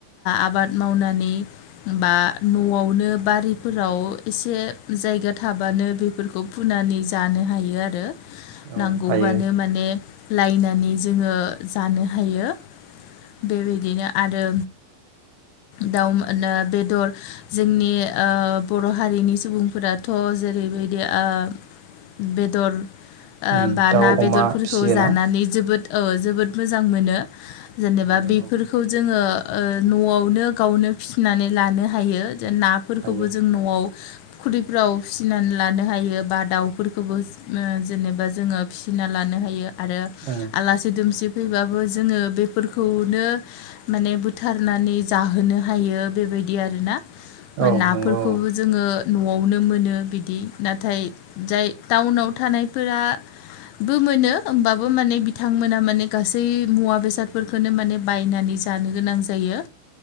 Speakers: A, on the left; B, on the right.
A: आबाद मावनानै। बा न'आवनो बारिफोराव एसे जायगा थाबानो बेफोरखौ फुना नानै जानो हायो आरो
B: औ
A: नांगौबानो
B: हायो
A: माने लायनानै जोङो जानो हायो। बेबायदिनो आरो। दाउ बेदर जोंनि ओ- बर' हारिनि सुबुंफोराथ', जेरैबायदि ओ- बेद- दर ओ
B: उम
A: बा
B: दाउ
A: ना
B: अमा
A: बेदरफोरखौ
B: फिसियोना
A: जानानै जोबोद ओ जोबोद मोजां मोनो जेनोबा
B: मोनो
A: बेफोरखौ
B: औ
A: जोङो। ओ न'आवनो गावनो फिसिनानै लानो हायो जे नाफोरखौबो
B: हायो
A: जों न'आव खुलिफोराव फिसिनानै लानो हायो बा दाउफोरखौबो ओ जेनोबा जोङो फिसिना लानो हायो आरो
B: उम
A: आलासि दुमसि फैबाबो जोङो बेफोरखौनो माने बुथारनानै जाहोनो हायो बेबाय बिदि आरोना
B: औ
A: नाफोरखौबो
B: नंगौ
A: जोङो न'आवनो मोनो बिदि नाथाय जाय टाउनाव थानायफोरा बो मोनो होमबाबो माने बिथांमोना माने गासै मुवा बेसादफोरखोनो माने बायनानै जानो गोनां जायो